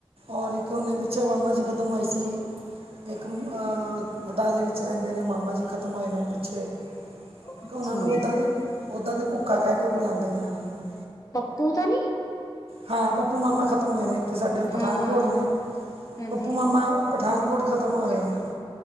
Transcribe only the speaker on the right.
ਔਰ ਇੱਕ ਉਹਨੇ ਪਿੱਛੇ ਮਾਮਾ ਜੀ ਖ਼ਤਮ ਹੋਈ ਸੀ ਇੱਕ ਬਟਾਲੇ ਵਿੱਚ ਰਹਿੰਦੇ ਨੇ ਮਾਮਾ ਜੀ। ਖਤਮ ਹੋਏ ਇਹਨਾਂ ਨੂੰ ਪਿੱਛੇ
ਉਹਨਾਂ ਨੂੰ ਓਦਾਂ ਦੇ ਓਦਾਂ ਦੇ ਕੂਕਾ ਕਹਿ ਕੇ ਬੁਲਾਉਂਦੇ ਨੇ ਉਹਨਾਂ ਨੂੰ।
ਹਾਂ ਪੱਪੂ ਮਾਮਾ ਖਤਮ ਹੋਏ ਨੇ ਇੱਕ ਤਾਂ ਸਾਡੇ ਉਹ ਪਠਾਨਕੋਟ
ਨੇ
ਪੱਪੂ ਮਾਮਾ। ਪਠਾਨਕੋਟ ਖ਼ਤਮ ਹੋਏ ਨੇ।